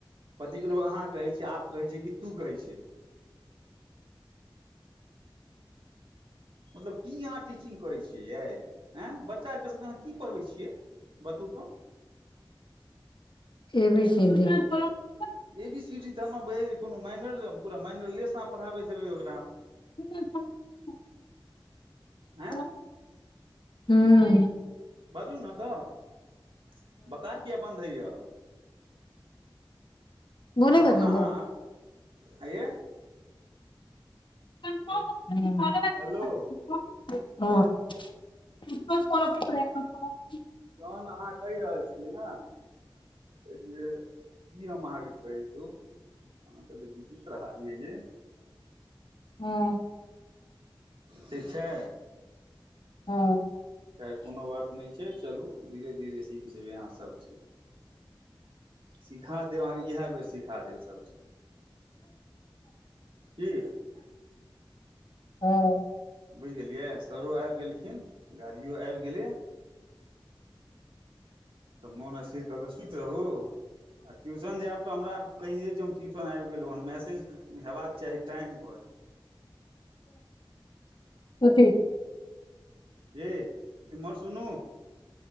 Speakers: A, on the right; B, on the left.
A: पतिके लोग अहाँ कहै छै आप कहै छै कि तू कहै छै मतलब की अहाँ टीचिंग करै छियै यै आँय बच्चाके सभके अहाँ की पढ़बै छियै बतू त
B: A B <unintelligible>
A: A B C D मे कोनो मैनर पूरा मैनरे लेस आहां पढ़ाबैत हेबे ओकरा
B: <unintelligible>
A: आँय
B: हूं ह्म
A: बाजू न त' बकार किया बन्द होइया
B: भूल ही
A: जहन
B: गए जानो
A: आहाँ आंइयै
B: <unintelligible>
A: हेलो
B: <unintelligible>
A: तहन अहाँ कहि रहल छियै न जे की हम अहाँके कहि धु अहाँके त बिजी बिचित्र हाल ये ये
B: हाँ,
A: ठीक छै
B: हँ
A: खैर कोनो बात नहि चलू धीरे धीरे सीख जेबै अहाँ सबठीक सीखा देब अहाँके इएह बेर सीखा देब सभचीज की
B: हँ
A: बुझि गेलियै सरो आबि गेलखिन गाड़िओ आबि गेलै तऽ मन स्थिर क क सुति रहू आ ट्यूशन जायब तऽ हमरा कहि देब जे हम ट्यूशन आबि गेलहुँ हन मैसेज हेबाक चाही टाइमपर
B: कथि
A: ह्म्म इम्हर सुनू